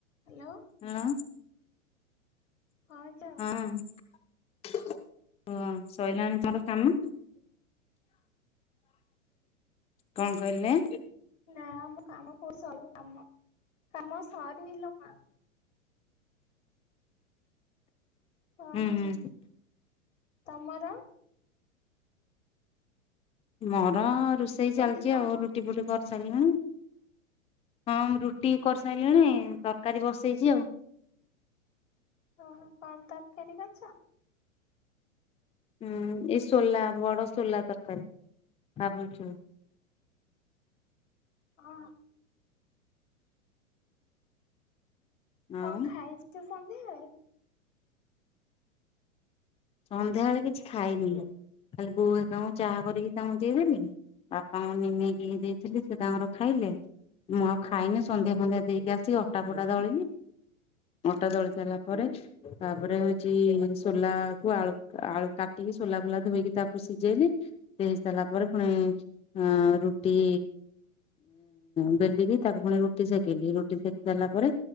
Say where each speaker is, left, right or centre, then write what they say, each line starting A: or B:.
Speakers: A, on the left (about 65°); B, on the left (about 15°).
A: Hello hello.
B: ହାଲୋ।
A: ହଁ ଝି
B: ହଁ। ହଁ ସରିଲାଣି ତର କାମ? କଣ କହିଲେ?
A: ନା ଆମ କାମ କହୁ ସରିଲା କାମ କାମ ସରିିନି ଲୋ ମା। ସରିନି
B: ହୁଁ ହୁଁ
A: ତମର?
B: ମୋର ରୋଷେଇ ଚାଲିଛି
A: କହିଲି ତମ
B: ଆଉ ରୁଟି ଫୁଟି କରିସାରିଲାଣି। ହଁ ମୁଁ ରୁଟି କରିସାରିଲିଣି ତରକାରୀ ବସେଇଛି ଆଉ।
A: ଓହୋ କଣ ତରକାରୀ କରିଛ?
B: ହୁଁ ଏଇ ସୋଲା ବଡ ସୋଲା ତରକାରୀ ଭାବୁଲଛୁ
A: ହଁ। କଣ
B: ଆଉ
A: ଖାଇଛ ସନ୍ଧ୍ୟାବେଳେ?
B: ସନ୍ଧ୍ୟାବେଳେ କିଛି ଖାଇନି ଖାଲି ବୋଉ ହେରିକାଙ୍କୁ ଚାହା କରିକି ତାଙ୍କୁ ଦେଇଦେଲି। ବାପାଙ୍କୁ ନିମିକି ଦେଇଥିଲି ସେ ତାଙ୍କର ଖାଇଲେ। ମୁଁ ଆଉ ଖାଇନି ସନ୍ଧ୍ୟା ସନ୍ଧ୍ୟା ଦେଇକି ଆସି ଅଟା ଫଟା ଦଳିନି। ଅଟା ଦଳି ସାରିଲା ପରେ ତାପରେ ହଉଛି ସୋଲା ଆଳୁ ଆଳୁ କାଟିକି ସୋଲା ଫୁଲା ଧୋଇକି ତାକୁ ସିଝେଇଲେ। ଦେଇ ସାରିଲା ପରେ ପୁଣି ଅ ରୁଟି ବେଲିକି ତାକୁ ପୁଣି ରୁଟି ସେକିଲିି ରୁଟି ସେକି ସାରିଲା ପରେ